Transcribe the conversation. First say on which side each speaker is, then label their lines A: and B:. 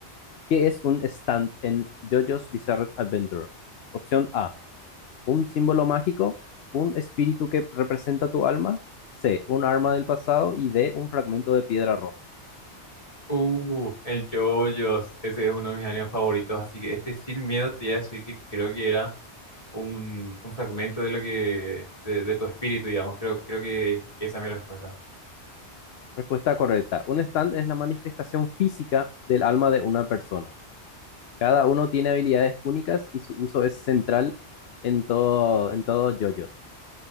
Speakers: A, on the left; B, on the left.
A: ¿Qué es un stand en JoJo's Bizarre Adventure? Opción A, un símbolo mágico, un espíritu que representa tu alma, C, un arma del pasado y D, un fragmento de piedra roja.
B: Uh, el JoJo's, ese es uno de mis animes favoritos, así que este sin miedo te voy a decir que creo que era un, un fragmento de lo que, de, de tu espíritu, digamos, creo, creo que esa es mi respuesta.
A: Respuesta correcta. Un stand es la manifestación física del alma de una persona. Cada uno tiene habilidades únicas y su uso es central en todo, en todo JoJo's.